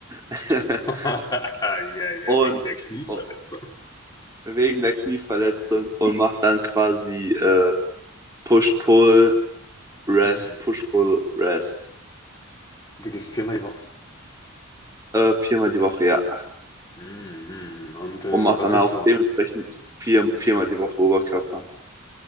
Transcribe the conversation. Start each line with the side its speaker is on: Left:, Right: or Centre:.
Right: <laughs>
Left: <laughs> Ja, ja,
Right: und
Left: wegen der Knieverletzung.
Right: oh, wegen der Knieverletzung und mache dann quasi äh, Push-Pull, Rest,
Left: Hm.
Right: Push-Pull, Rest.
Left: Du gehst viermal die Woche.
Right: Äh, viermal die Woche, ja.
Left: Hm, hm. Und äh,
Right: Und mache
Left: was
Right: dann
Left: ist
Right: auch
Left: so?
Right: dementsprechend vier, viermal die Woche Oberkörper.